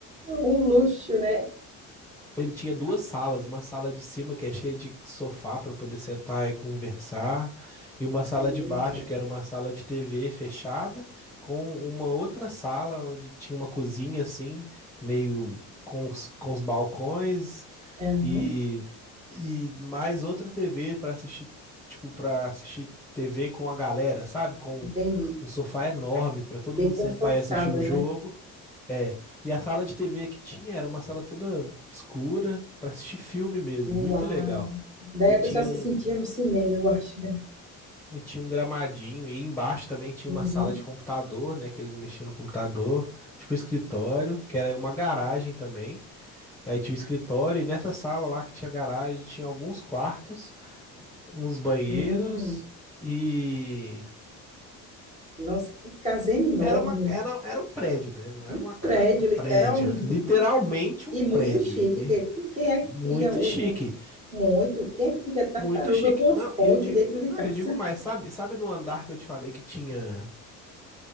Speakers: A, on the right; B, in the centre.
A: Um luxo, né?
B: Ele tinha duas salas, uma sala de cima que é cheia de sofá para poder sentar e conversar, e uma sala
A: Meu
B: de baixo
A: Deus.
B: que era uma sala de TV fechada, com uma outra sala onde tinha uma cozinha assim, meio com os, com os balcões
A: Aham,
B: e, e mais outra TV para assistir, tipo, para assistir TV com a galera, sabe? Com
A: Entendi.
B: um sofá enorme para todo
A: Bem
B: mundo
A: confortável,
B: sentar e assistir um jogo
A: né?
B: é, e a sala de TV que tinha era uma sala toda escura para assistir filme mesmo,
A: Uau.
B: muito legal.
A: Daí
B: E
A: a
B: tinha
A: pessoa se
B: um,
A: sentia no cinema, eu acho, né?
B: e tinha um gramadinho, e embaixo também tinha
A: Uhum.
B: uma sala de computador, né, que eles mexiam no computador, tipo escritório, que era uma garagem também. E aí tinha o escritório, e nessa sala lá que tinha garagem, tinha alguns quartos, uns banheiros
A: Hum.
B: e
A: Nossa, que casa enorme.
B: era uma, era, era um prédio, né? Não era
A: Um
B: uma casa,
A: prédio,
B: era um
A: literalmente.
B: prédio. Literalmente um
A: E muito
B: prédio.
A: chique.
B: Ele
A: Que- que- Quem é
B: muito
A: que cria um,
B: chique.
A: um- muito? Quem é que cria tartaruga
B: Muito chique.
A: com uma
B: Não,
A: fonte
B: eu digo,
A: dentro de
B: não,
A: casa?
B: eu digo mais, sabe? Sabe no andar que eu te falei que tinha